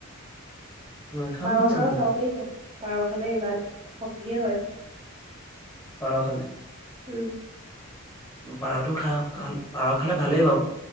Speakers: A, on the left (about 20°); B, on the right (about 25°).
A: নাখাওঁ
B: পাৰ
A: ইমান
B: চাৰ
A: এইবোৰ
B: খাব পাৰিব? পাৰ খালে গাত শক্তিয়ে হয়।
A: পাৰ খালে?
B: উম।
A: পাৰটো খাওঁ। <unintelligible> পাৰ খালে ভালেই বাও।